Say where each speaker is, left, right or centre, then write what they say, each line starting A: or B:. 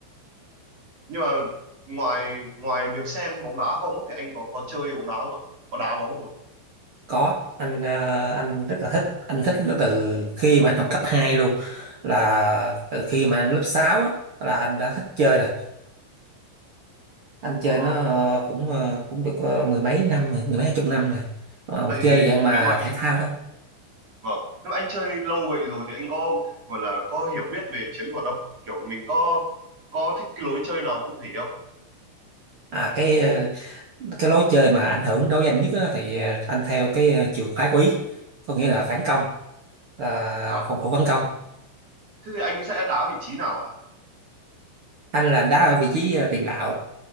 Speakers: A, on the right (about 35°); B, on the right (about 70°).
A: nhưng mà ngoài ngoài việc xem bóng đá không á, thì anh có có chơi bóng đá không ạ có đá bóng không ạ
B: có anh ờ, anh rất là thích anh thích nó từ khi mà anh học cấp 2 luôn là từ khi mà anh lớp 6 á là anh đã thích chơi rồi anh chơi
A: Wow.
B: nó ờ, cũng ờ, cũng được ờ, mười mấy năm rồi mười mấy hai chục năm rồi Ờ, mình
A: Vậy
B: chơi
A: thì
B: dạng mà
A: nếu mà
B: thể thao thôi
A: vâng, nếu anh chơi lâu vậy rồi thì anh có gọi là có hiểu biết về chiến thuật không? Kiểu mình có có thích cái lối chơi nào cụ thể không?
B: à cái ờ, cái lối chơi mà ảnh hưởng đối với anh nhất á, thì ờ, anh theo cái ờ, trường phái quý có nghĩa là phản công là
A: À,
B: phòng thủ phản công
A: thế thì anh sẽ đá vị trí nào ạ?
B: anh là anh đá ở vị trí ờ, tiền đạo